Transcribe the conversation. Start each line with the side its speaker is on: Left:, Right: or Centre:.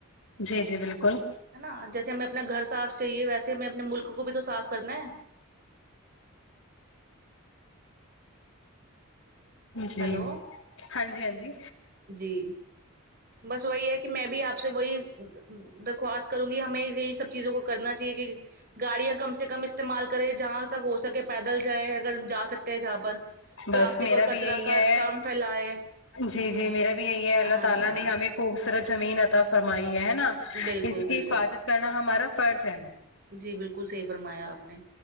Left: جی جی بالکل
Right: ہے نا جیسے ہمیں اپنا گھر صاف چاہیے ویسے ہمیں اپنے ملک کو بھی تو صاف کرنا ہے
Left: جی
Right: ہلو
Left: ہاں جی ہاں جی
Right: جی بس وہی ہے کہ میں بھی آپ سے وہی درخواست کروں گی ہمیں یہ سب چیزوں کو کرنا چاہیے کہ گاڑیاں کم سے کم استعمال کرے جہاں تک ہو سکے پیدل جائے اگر جا سکتے ہیں جہاں پر پلاسٹک
Left: بس میرا
Right: اور کچرا
Left: بھی یہی
Right: کا
Left: ہے
Right: کم پھیلائے
Left: جی جی میرا بھی یہی ہے اللہ
Right: ہاں
Left: تعالی نے ہمیں خوبصورت زمین عطا فرمائی ہے ہے نا
Right: بالکل
Left: اس کی
Right: بالکل
Left: حفاظت کرنا ہمارا فرض ہے
Right: جی بالکل صحیح فرمایا آپ نے